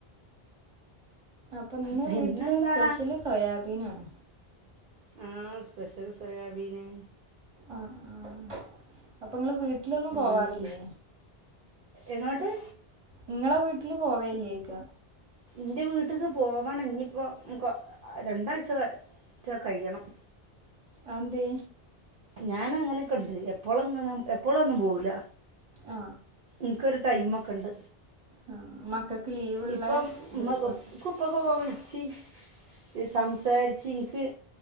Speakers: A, on the right (about 35°); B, on the right (about 65°).
A: അപ്പൊ ഇന്ന്
B: പിന്നെന്താ
A: വീട്ടില് സ്പെഷ്യല് സോയാബീൻ ആണ്
B: ആ സ്പെഷ്യൽ സോയാബീന്
A: ആഹ് ആഹ് അപ്പൊങ്ങള് വീട്ട് ല് ഒന്നും
B: ഉം
A: പോവാറില്ലേ
B: എങ്ങോട്ട്
A: നിങ്ങളെ വീ ട്ടില് പോവല്ലേന്ന് <unintelligible> ക്ക
B: ന്റെ വീട്ടിക്ക് പോവണം ഞ്പ്പോ കൊ രണ്ടാഴ്ച റ്റെ കൈയണം
A: അന്തേ
B: ഞാൻ അങ്ങനൊക്കെണ്ട് എപ്പോളോന്നും അങ്ങനെ എപ്പോളും ഒന്നും പോവില്ല
A: ആ
B: എൻക്കൊരു ടൈമക്കെ ഇണ്ട്.
A: ആ മക്കൾക്ക് ലീവുള്ള
B: ഇപ്പോം മ്മ്ക്ക്
A: ദിവസം
B: ഉപ്പക്കൊക്കെ വിളിച്ചി ഇത് സംസാരിച്ച് ഇൻക്ക്